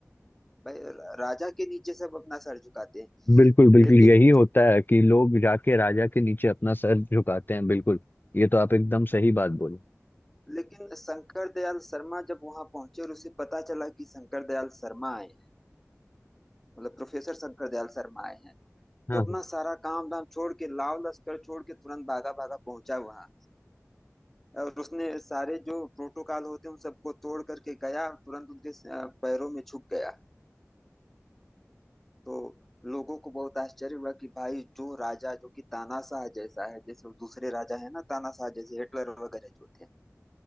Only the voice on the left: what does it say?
बिल्कुल बिल्कुल
यही होता है कि लोग जाके राजा के नीचे अपना सर झुकाते हैं बिल्कुल ये तो आप एकदम सही बात बोले
हाँ
हाँ